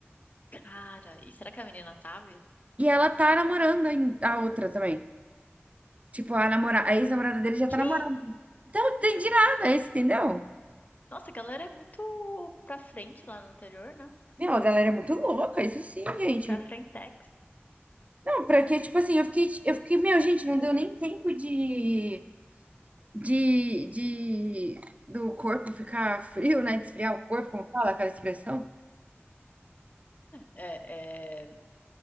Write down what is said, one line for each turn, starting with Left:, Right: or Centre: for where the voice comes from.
Left: Cara, e será que a menina sabe?
Right: E ela tá namorando a a outra também. Tipo, a namora, a ex-namorada dele já tá
Left: Que?
Right: namorando. Então, eu não entendi nada, esse, entendeu?
Left: Nossa, a galera é muito pra frente lá no interior, né?
Right: Não, a galera é muito louca, isso sim, gente.
Left: Pra Frentex.
Right: Não, pra que, tipo assim, eu fiquei, eu fiquei, meu, gente, não deu nem tempo de, de, de, do corpo ficar frio, né? De esfriar o corpo, como fala aquela expressão?
Left: É, é...